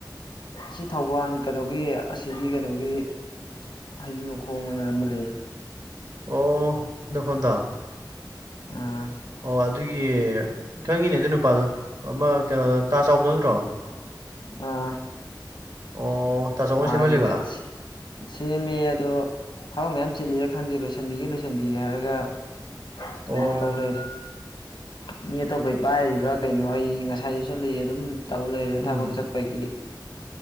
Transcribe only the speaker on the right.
ꯑꯣ ꯅꯣꯐꯣꯟꯗꯣ
ꯑꯗꯨꯒꯤ ꯈꯪꯉꯤꯅꯦ ꯑꯗꯨ ꯅꯨꯄꯥꯗꯣ ꯑꯃ ꯀꯩꯅꯣꯗ ꯇꯥ ꯆꯥꯎꯕꯗꯣ ꯅꯠꯇ꯭ꯔꯣ
ꯑꯣ ꯇꯥ ꯆꯥꯎꯕꯅ
ꯁꯦꯝꯍꯜꯂꯤꯕ
ꯑꯣ
ꯎꯝ